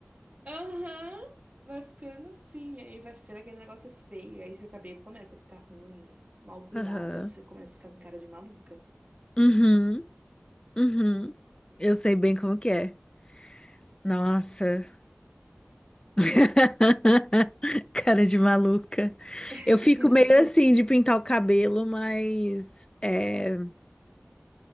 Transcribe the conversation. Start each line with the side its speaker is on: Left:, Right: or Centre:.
Right: Aham! Vai ficando assim, aí vai ficando aquele negócio feio, aí seu cabelo começa a ficar ruim, mal cuidado,
Left: Aham.
Right: aí você começa a ficar com cara de maluca.
Left: Uhum. Uhum. Eu sei bem como que é. Nossa. <laughs> Cara de maluca.
Right: <laughs>
Left: Eu fico meio assim de pintar o cabelo, mas é,